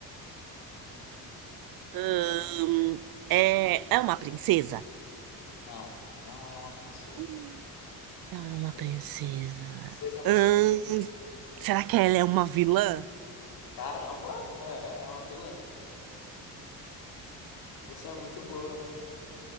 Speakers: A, on the right; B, on the left.
A: Hum,
B: quiser.
A: é, é uma princesa?
B: Não, não é uma princesa.
A: Hum, Não é uma
B: Bem,
A: princesa.
B: Princesa é muito...
A: Hum,
B: forte.
A: será que ela é uma vilã?
B: Caramba, é, é uma vilã. Você é muito boa.